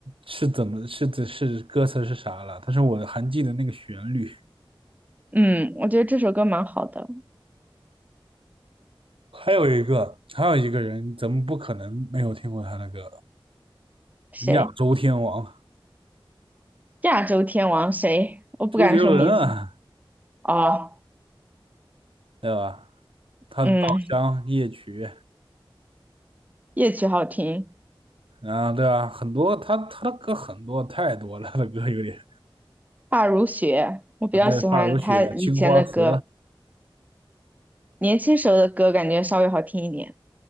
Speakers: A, on the right; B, on the right.
A: 是怎么是是是歌词是啥了，但是我还记得那个旋律。
B: 嗯，我觉得这首歌蛮好的。
A: 还有一个，还有一个人，咱们不可能没有听过他的歌，
B: 谁？
A: 亚洲天王
B: 亚洲天王谁？我不敢说名字。
A: 周杰伦啊。
B: 哦，
A: 对吧？他的《稻香》《夜曲》，
B: 嗯，夜曲好听，
A: 啊，对啊，很多他他的歌很多太多了，他的歌有点
B: 发如雪，我比较喜欢他以前的歌，
A: 啊对，《发如雪》《青花瓷》
B: 年轻时候的歌感觉稍微好听一点。